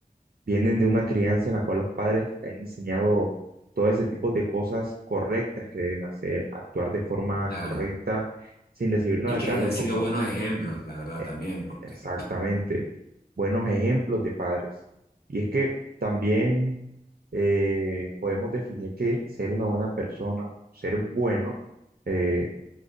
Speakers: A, on the right; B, on the left.
A: vienen de una crianza en la cual los padres les han enseñado todo ese tipo de cosas correctas que deben hacer, actuar de forma
B: Claro.
A: correcta sin recibir nada
B: Y
A: a
B: que
A: cambio,
B: hayan
A: como
B: sido buenos ejemplos, la verdad,
A: eh,
B: también, porque
A: exactamente buenos ejemplos de padres. Y es que también eh, podemos definir que ser una buena persona, ser bueno, eh,